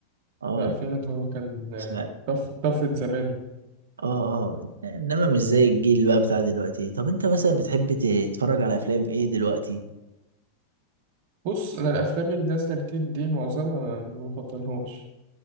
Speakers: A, on the right; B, on the right.
A: اه
B: لا فعلا هو كان آه،
A: اسمع
B: طف- طفرة زمانه
A: اه اه انما مش زي الجيل بقى بتاع دلوقتي طب انت مثلا بتحب تتفرج على افلام ايه دلوقتي
B: بص أنا الأفلام اللي نازلة جديد دي معظمها ما بفضلهاش